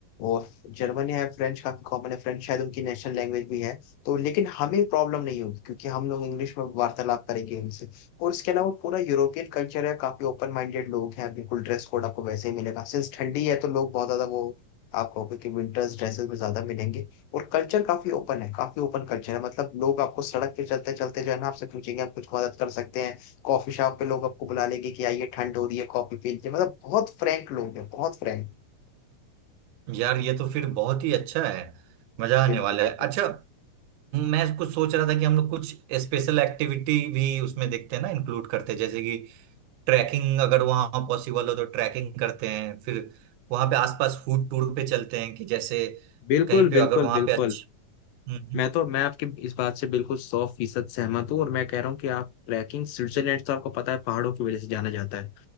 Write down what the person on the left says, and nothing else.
और जर्मन है फ्रेंच काफी कॉमन है फ्रेंच शायद उनकी नेशनल लैंग्वेज भी है तो लेकिन हमें प्रॉब्लम नहीं होगी क्योंकि हम लोग इंग्लिश में वार्तालाप करेंगे उनसे और इसके अलावा पूरा यूरोपियन कल्चर है काफी ओपन माइंडेड लोग हैं बिल्कुल ड्रेस कोड आपको वैसे ही मिलेगा सिंस ठंडी है तो लोग बहुत ज्यादा वो आप कहोगे कि विंटर्स ड्रेसेस में ज्यादा मिलेंगे और कल्चर काफी ओपन है काफी ओपन कल्चर है मतलब लोग आपको सड़क पे चलते चलते जो है ना आपसे पूछेंगे हम कुछ मदद कर सकते हैं कॉफी शॉप पे लोग आपको बुला लेंगे कि आइए ठंड हो रही है कॉफी पी लीजिए मतलब बहुत फ्रैंक लोग हैं बहुत फ्रैंक
बिल्कुल
बिल्कुल
बिल्कुल
बिल्कुल
बिल्कुल
मैं तो मैं आपकी इस बात से बिल्कुल सौ फीसद सहमत हूँ और मैं कह रहा हूँ कि आप ट्रैकिंग स्विट्जरलैंड तो आपको पता है पहाड़ों की वजह से जाना जाता है